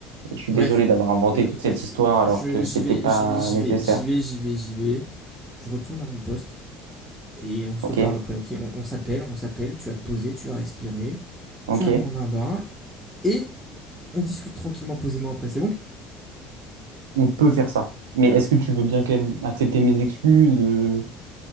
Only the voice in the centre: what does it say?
Bref,
je,
je,
je-
j'y
vais,
j'y vais, j'y
vais, j'y vais, j'y vais, j'y vais. Je retourne à mon poste et on se
reparle après, ok? On, on s'appelle, on s'appelle, tu vas te poser, tu vas respirer,
tu vas prendre un bain et on discute tranquillement, posément après, c'est bon?